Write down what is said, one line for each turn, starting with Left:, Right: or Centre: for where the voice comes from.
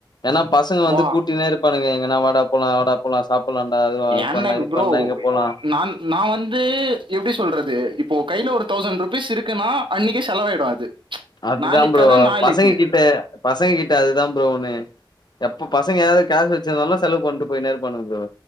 Left: ஏனா பசங்க வந்து
Right: வா
Left: கூட்டினே இருப்பானுங்க எங்கனா வாடா போலா வாடா போலா சாப்படலான்டா அதுவா அது
Right: எனக்கு
Left: பண்லா இது
Right: ப்ரோ
Left: பண்லா இங்க போலா
Right: நான் நா வந்து எப்டி சொல்றது இப்போ கைல ஒரு தௌசண்ட் ருபீஸ் இருக்குன்னா அன்னைக்கே செலவாயிடு அது
Left: அதுதா
Right: நாளைக்கு
Left: ப்ரோ
Right: கத நாளைக்கு
Left: பசங்க கிட்ட பசங்க கிட்ட அதுதாம் ப்ரோ ஒண்ணு எப்ப பசங்க எதாவது காசு வெச்சிருந்தாங்னா செலவு பண்ணிட்டு போயினே இருப்பாணுக ப்ரோ